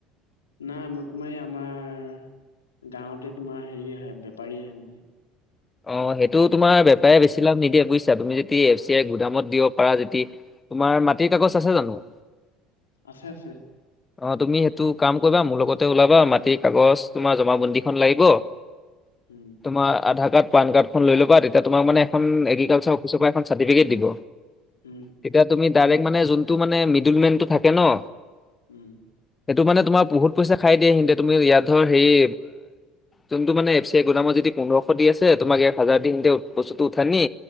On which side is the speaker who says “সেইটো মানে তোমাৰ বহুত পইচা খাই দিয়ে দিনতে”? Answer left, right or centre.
Left